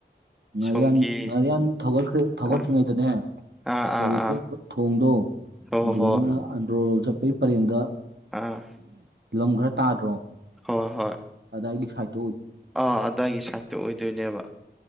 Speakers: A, on the right (about 70°); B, in the centre.
A: ꯉꯥꯔꯤꯌꯥꯟ
B: ꯁꯣꯝꯒꯤ
A: ꯉꯥꯔꯤꯌꯥꯟ ꯊꯧꯒꯠꯈ꯭ꯔꯦ ꯊꯧꯒꯠꯇ꯭ꯔꯤꯉꯩꯗꯅꯦ
B: ꯑꯥ ꯑꯥ
A: ꯌꯥꯏꯔꯤꯄꯣꯛ
B: ꯑꯥ ꯑꯥ
A: ꯊꯣꯡꯗꯣ
B: ꯍꯣꯏ
A: ꯑꯗꯨꯗꯒꯤꯅ
B: ꯍꯣꯏ
A: ꯑꯟꯗ꯭ꯔꯣ ꯆꯠꯄꯩ ꯄꯔꯦꯡꯗ
B: ꯑꯥ
A: ꯂꯝ ꯈꯔ ꯇꯥꯗ꯭ꯔꯣ
B: ꯍꯣꯏ ꯍꯣꯏ
A: ꯑꯗꯥꯏꯒꯤ ꯁꯥꯏꯠ
B: ꯑꯥ ꯑꯗꯥꯏꯒꯤ ꯁꯥꯏꯠꯇꯣ ꯑꯣꯏꯗꯣꯏꯅꯦꯕ